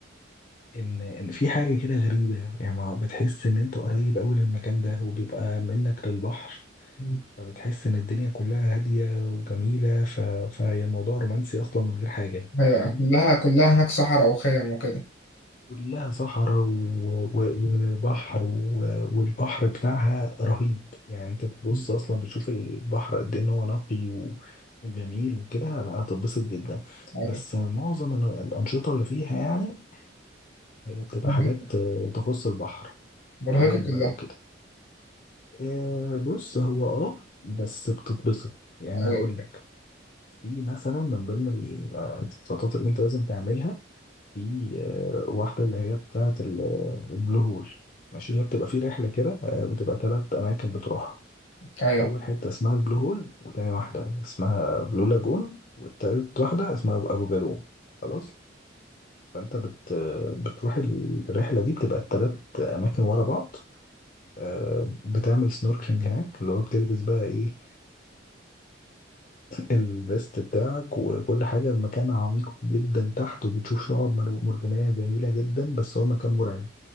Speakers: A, on the left; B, on the left.
A: ان ان في حاجه كده غريبه يعني ما بتحس ان انت قريب قوي للمكان ده وبيبقى منك للبحر
B: مم.
A: فبتحس ان الدنيا كلها هاديه وجميله ف... فهي الموضوع رومانسي اصلا من غير حاجه
B: أيوة
A: فاهم
B: كلها كلها هناك صحراء وخيم وكده
A: كلها صحراء و- و- وبحر و- والبحر بتاعها رهيب يعني انت بتبص
B: مم.
A: اصلا بتشوف البحر قد ايه ان هو نقي و- وجميل وكده لا هتتبسط جدا
B: أيوة
A: بس معظم ال- الانشطه اللي فيها يعني هي بتبقى
B: مرهقة
A: حاجات آه، تخص البحر
B: مرهقة
A: عوم
B: كلها
A: بقى وكده آه، بص هو اه بس بتتبسط يعني
B: أيوة
A: هقول لك في مثلا من ضمن ال- آه، الاحتياطات اللي انت لازم تعملها في آه، واحدة اللي هي بتاعة ال- البلو هول ماشي هي بتبقى في رحلة كده آه، بتبقى تلات أماكن بتروحها
B: أيوة
A: أول حتة اسمها البلو هول وتاني واحدة اسمها بلو لاجون والتالت واحدة اسمها أبو أبو جالوم خلاص فأنت بت بتروح الرحلة دي بتبقى التلات أماكن ورا بعض آه، بتعمل سنوركلينج هناك اللي هو بتلبس بقى إيه الفيست بتاعك وكل حاجة المكان عميق جدا تحت وبتشوف شعاب مر- مرجانية جميلة جدا بس هو مكان مرعب